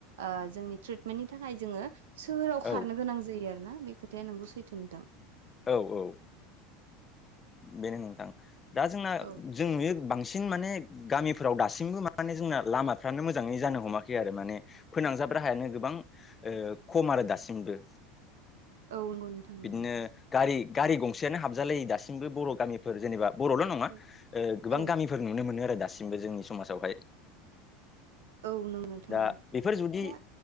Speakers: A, on the right (about 80°); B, on the left (about 25°).
A: ओ जोंनि ट्रिटमेन्टनि थाखाय जोङो सोहोराव खारनो
B: औ
A: गोनां जायो आरोना बे खोथाया नोंगौ सैथो नोंथां।
B: औ औ बेनो नोंथां दा जोंना
A: औ औ
B: जों नुयो बांसिन माने गामिफोराव दासिमबो माने जोंना लामाफ्रानो मोजाङै जानो हमाखै आरो माने फोनांजाब राहायानो गोबां ओ खम आरो दासिमबो।
A: औ औ नंगौ नोंथां नंगौ
B: बिदिनो गारि गारि गंसेयानो हाबजालायो दासिमबो बर' गामि फोर जेनेबा बर'ल'
A: नंगौ
B: नङा ओ गोबां
A: औ
B: गामिफोर नुनो मोनो आरो दासिमबो जोंनि समाजावहाय।
A: औ नंगौ नोंथां
B: दा
A: नंगौ
B: बेफोर जुदि
A: दा